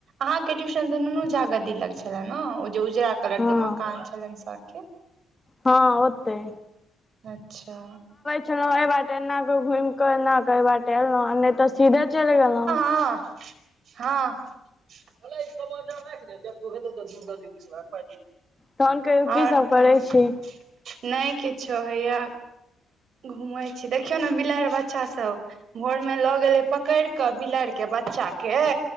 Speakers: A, on the right; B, on the left.
A: अहाँके ट्यूशन ते नुनू झागद दिलक छले ने ओ जे उजरा कलर
B: हँ
A: के मकान छलनि सर के
B: हँ ओतै
A: अच्छा
B: चलहुँ एहि बाटे एनाकऽ घुमि कऽ एनाकऽ एहि बाटे एलहुँ नहि तऽ सीधे चलि गेलहुँ
A: हाॅं हाॅं हेला ई कमनडल राइख ले जब दूहेता तब तऽ दूध
B: तहन कहियौ
A: और
B: की सब करै
A: कही
B: छी
A: नहि किछो हैइया घुमै छी देखियौ ने बिलाड़ बच्चा सब भोर में लऽ गेलै पकड़ि कऽ बिलाड़ि के बच्चा के